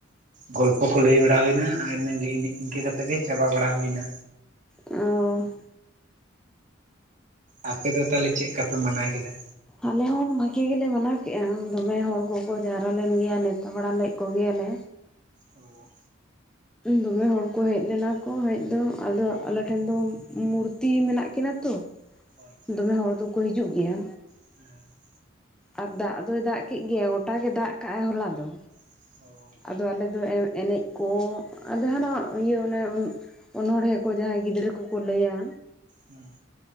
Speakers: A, on the right (about 40°); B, in the centre.
A: ᱜᱚᱞᱯᱚ ᱠᱚ ᱞᱟᱹᱭ ᱵᱟᱲᱟ ᱦᱩᱭᱱᱟ, ᱟᱨ ᱤᱱᱠᱟᱹ ᱠᱟᱛᱮᱜ ᱜᱮ ᱪᱟᱵᱟ ᱵᱟᱲᱟ ᱦᱩᱭᱱᱟ᱾
B: ᱚ
A: ᱟᱯᱮ ᱫᱚ ᱛᱟᱦᱚᱞᱮ ᱪᱮᱫᱠᱟ ᱯᱮ ᱢᱟᱱᱟᱣ ᱠᱮᱫᱟ?
B: ᱟᱞᱮ ᱦᱚᱸ ᱵᱷᱟᱹᱜᱤ ᱜᱮᱞᱮ ᱢᱟᱱᱟᱣ ᱠᱮᱫᱮᱜᱼᱟ, ᱫᱚᱢᱮ ᱦᱚᱲ ᱠᱚᱠᱚ ᱡᱟᱣᱨᱟ ᱞᱮᱱ ᱜᱮᱭᱟ ᱱᱮᱶᱛᱟ ᱵᱟᱲᱟ ᱞᱮᱫ ᱠᱚᱜᱮᱭᱟᱞᱮ
A: ᱚ
B: ᱫᱚᱢᱮ ᱦᱚᱲᱠᱚ ᱦᱮᱡ ᱞᱮᱱᱟ ᱠᱚ ᱦᱮᱡ ᱫᱚ ᱟᱫᱚ ᱟᱞᱮ ᱴᱷᱮᱱ ᱫᱚ ᱢᱩᱨᱛᱤ ᱢᱮᱱᱟᱜ ᱠᱤᱱᱟ ᱛᱚ
A: ᱟᱪᱪᱷᱟ
B: ᱫᱚᱢᱮ ᱦᱚᱲ ᱫᱚᱠᱚ ᱦᱤᱡᱩᱜ ᱜᱮᱭᱟ᱾
A: <inaudible>
B: ᱟᱨ ᱫᱟᱜ ᱫᱚᱭ ᱫᱟᱜ ᱠᱮᱜ ᱜᱮᱭᱟ ᱜᱚᱴᱟ ᱜᱮ ᱫᱟᱜ ᱠᱟᱜᱟᱭ ᱦᱚᱞᱟ ᱫᱚ᱾
A: <inaudible>
B: ᱟᱫᱚ ᱟᱞᱮᱫᱚ ᱮᱱᱮᱡ ᱠᱚ ᱟᱨ ᱡᱟᱦᱟᱱᱟᱜ ᱤᱭᱟᱹ ᱚᱱᱮ ᱚᱱᱚᱚᱲᱦᱮᱸ ᱠᱚ ᱡᱟᱦᱟᱸᱭ ᱜᱤᱫᱽᱨᱟᱹ ᱠᱚᱠᱚ ᱞᱟᱹᱭᱟ,
A: ᱦᱮᱸ